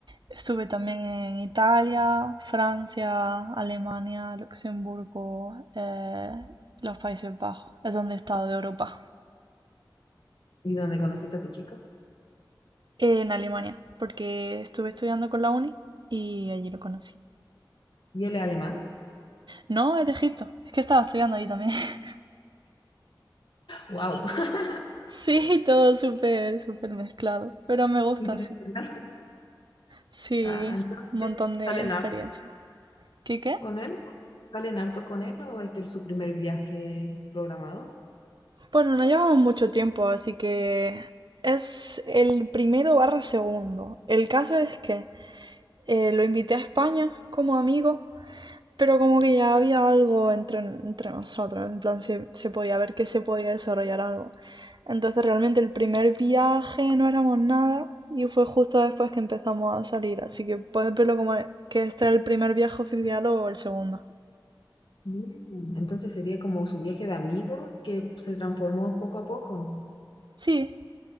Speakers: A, on the right; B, on the left.
A: estuve también en Italia, Francia, Alemania, Luxemburgo, eh, los Países Bajos, es donde he estado de Europa,
B: ¿Y dónde conociste a tu chico?
A: en Alemania, porque estuve estudiando con la uni y allí lo conocí.
B: ¿Y él es alemán?
A: No, es de Egipto, es que estaba estudiando allí también. <laughs>
B: ¡Wow! <laughs>
A: Sí, todo súper, súper mezclado, pero me gusta
B: Internacional.
A: así. Sí,
B: Ah, entonces,
A: un montón de
B: ¿salen
A: experiencias.
B: hartos
A: ¿Qué qué?
B: con él? ¿Salen hartos con él o este es su primer viaje programado?
A: Bueno, no llevamos mucho tiempo, así que es el primero barra segundo. El caso es que eh, lo invité a España como amigo, pero como que ya había algo entre, entre nosotros, en plan se, se podía ver que se podía desarrollar algo. Entonces realmente el primer viaje no éramos nada y fue justo después que empezamos a salir, así que puedes verlo como que este es el primer viaje oficial o el segundo.
B: Bien. Entonces sería como su viaje de amigos que se transformó poco a poco.
A: Sí,